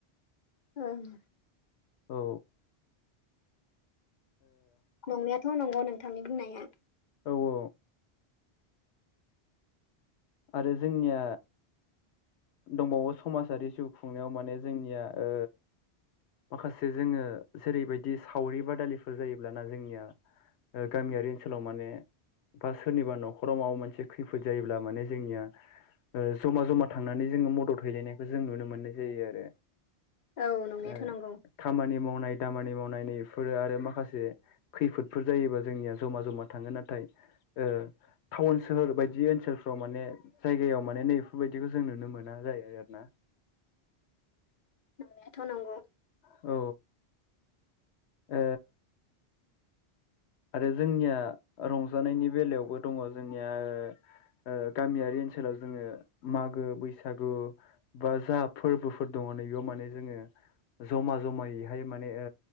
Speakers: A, on the left; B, on the left.
A: ओं।
B: औ।
A: नंनायाथ' नंगौ नोंथांनि बुंनाया।
B: औ औ। आरो जोंनिया। दंबावो समाजारि जिउ खुंनायाव मानेजोंनिया ओ माखासे जोङो जेरैबायदि सावरि बादालिफोर जायोब्लाना जोंनिया। गामियारि ओनसोलाव माने बा सोरनिबा न'खराव माबा मोनसे खैफोद जायोब्ला माने। जोंनिया ज'मा जमा थांनानै जोङो मदद हैलायनायखौ जों नुनो मोननाय जायो आरो।
A: औ नंनायाथ'
B: <unintelligible>
A: नंगौ
B: खामानि मावनाय दामानि मावनाय। फोरो आरो माखासे खैफोदफोर जायोबा जोंनिया जमा जमा थाङो नाथाय ओ टाउन सोहोर बायदि ओनसोल। <unintelligible> माने जायगायाव माने नै बेफोरबायदिखौ जों नुनो मोना जायो आरो ना। <inaudible>
A: नंनायाथ' नंगौ।
B: औ। ओ आरो जोंनिया रंजानायनि बेलायावबो दङजोंनिया ओ ओ गामियारि ओनसोलाव जोङो मागो बैसागु बा जा फोरबोफोर दङ। याव माने जोङो। जमा जमायैहाय माने ओ